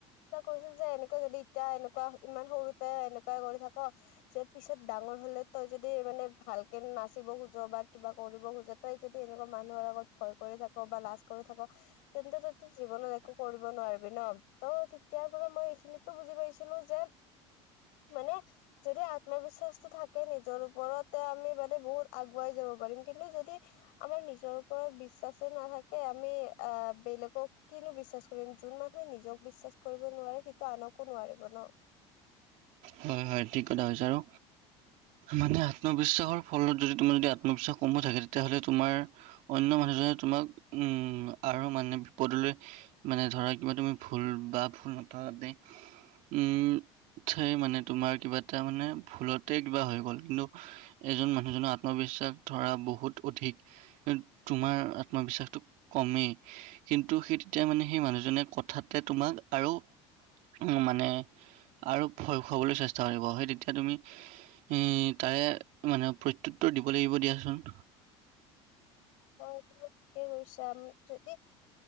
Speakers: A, on the left; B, on the right.
A: তীয়া কৈছিল যে এনে এতিয়া এনেকুৱা, ইমান সৰুতে এনেকুৱাই কৰি থাকো যে পিছত ডাঙৰ হ'লে তই যদি মানে ভালকে নাচিব খোজ' বা কিবা কৰিব খোজ' তই যদি এনেকুৱা মানুহৰ আগত ভয় কৰি থাকা বা লাজ কৰি থাকা তেন্তে তোৰ জীৱনত একো কৰিব নোৱাৰিবি ন'। ত', তেতিয়াৰ পৰা মই এইখিনিতো বুজি পাই ছিনো যে, মানে? যদি আত্মবিশ্বাসটো থাকে নিজৰ ওপৰত তে আমি মানে বহুত আগুৱাই যাব পাৰিম কিন্তু যদি আমাৰ নিজৰ ওপৰত বিশ্বাসে নাথাকে, আমি আহ বেলেগক কিনো বিশ্বাস ৰিন যোন মানুহে নিজক বিশ্বাস কৰিব নোৱাৰে, সিটো আনকো নোৱাৰিব ন'।
B: হয়, হয়। ঠিক কথা কৈছা। আৰু মানে আত্মবিশ্বাসৰ ফলত যদি তোমাৰ যদি আত্মবিশ্বাস কমো থাকে তেতিয়াহ'লে তোমাৰ অন্য মানুহজনে তোমাক উম আৰু মানে বিপদলৈ মানে ধৰা কিবা তুমি ভুল বা ভুল <unintelligible> তে উম সেই মানে তোমাৰ কিবা এটা মানে ভুলতে কিবা হৈ গ'ল কিনো এজন মানুহজনৰ আত্মবিশ্বাস ধৰা বহুত অধিক তোমাৰ আত্মবিশ্বাসটো কমেই। কিন্তু সেই তেতিয়া মানে সেই মানুহজনে কথাতে তোমাক আৰু উম, মানে আৰু ভয় খুৱাবলৈ চেষ্টা কৰিব। সেই তেতিয়া তুমি ই, তাৰে মানে প্ৰত্যুত্তৰ দিব লাগিব দিয়াচোন।
A: হয়, তুমি ঠিকেই কৈছা। উম যদি